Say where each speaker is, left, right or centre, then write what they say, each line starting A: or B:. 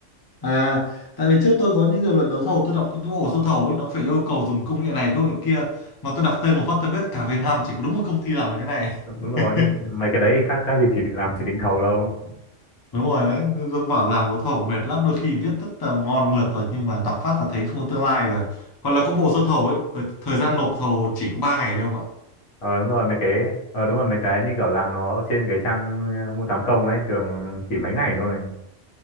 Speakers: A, on the left (about 30°); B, on the left (about 85°).
A: à tại vì trước tôi có những nhiều lần đấu thầu tôi đọc những cái bộ sơ thầu ấy nó phải yêu cầu dùng công nghệ này công nghệ kia mà tôi đọc tên một phát tôi biết cả Việt Nam chỉ có đúng một công ty làm được cái này.
B: đúng, đúng rồi
A: <laughs>
B: nhưng mấy cái đấy khác khác gì chỉ định- làm chỉ định thầu đâu
A: Đúng rồi đấy, tôi bảo làm đấu thầu mệt lắm, đôi khi viết rất là ngon mượt rồi nhưng mà đọc phát là thấy không có tương lai rồi. Hoặc là có bộ sơ thầu ấy, thời, thời gian nộp thầu chỉ có 3 ngày thôi không ạ?
B: ờ đúng rồi mấy cái ờ đúng rồi mấy cái như kiểu là nó trên cái trang ờ, mua sắm công ấy thường chỉ mấy ngày thôi